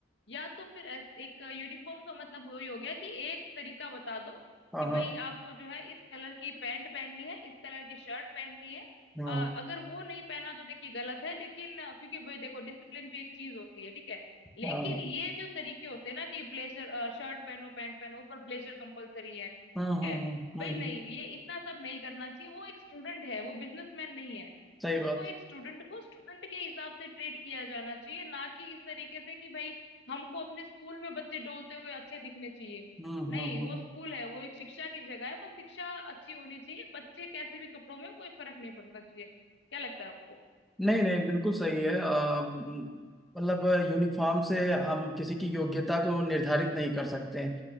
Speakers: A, on the left (about 65°); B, in the centre.
A: या तो फिर ऐस- एक यूनिफॉर्म का मतलब वही हो गया कि एक तरीका बता दो
B: हाँ
A: कि भाई
B: हाँ
A: आपको जो है इस कलर की पैंट पहननी है इस कलर की शर्ट पहननी है
B: हाँ
A: अ, अगर वो नहीं पहना तो देखिए गलत है लेकिन अ, क्योंकि भाई देखो डिसिप्लिन भी एक चीज होती है ठीक है लेकिन
B: हाँ हाँ
A: ये जो तरीके होते हैं ना कि ब्लेजर शर्ट पहनो पैंट पहनो ऊपर ब्लेजर कंपलसरी है ठीक
B: हाँ, हाँ,
A: है
B: हाँ,
A: भाई
B: हम्म,
A: नहीं ये इतना सब नहीं करना चाहिए वो एक स्टूडेंट है वो बिजनेसमैन नहीं है
B: सही
A: उसको
B: बात
A: एक स्टूडेंट को स्टूडेंट के हिसाब से ट्रीट किया जाना चाहिए ना कि इस तरीके से कि भाई हमको अपने स्कूल में बच्चे डोलते हुए अच्छे दिखने चाहिए
B: हम्म हम्म
A: नहीं
B: हम्म।
A: वो स्कूल है वो एक शिक्षा की जगह है बस शिक्षा अच्छी होनी चाहिए बच्चे कैसे भी कपड़ों में हो, कोई फर्क नहीं पड़ता चाहिए क्या लगता है आपको
B: नहीं नहीं बिल्कुल सही है आ, मतलब यूनिफॉर्म से हम किसी की योग्यता को निर्धारित नहीं कर सकते हैं